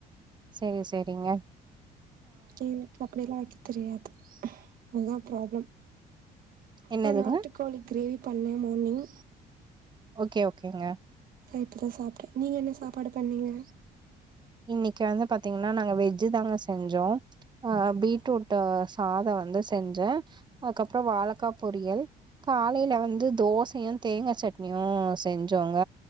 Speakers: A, on the right; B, on the right.
A: சேரி சேரிங்க
B: எனக்கு அப்பிடியெல்லா வெக்க தெரியாது அதான் ப்ராப்ளம்
A: என்னதுங்க
B: ஆ நாட்டுக்கோழி கிரேவி பண்ணே மார்னிங்
A: ஓக்கே ஓகேங்க
B: இப்பதா சாப்பிட்டேன் நீங்க என்ன சாப்பாடு பண்ணீங்க
A: இன்னைக்கு வந்து பாத்தீங்கன்னா நாங்க வெஜ்ஜு தாங்க செஞ்சோம் அஹ் பீட்ரூட் சாத வந்து செஞ்சோம் அதுக்கப்புறோ வாழக்கா பொரியல் காலையில வந்து தோசையும் தேங்கா சட்னியூ செஞ்சோங்க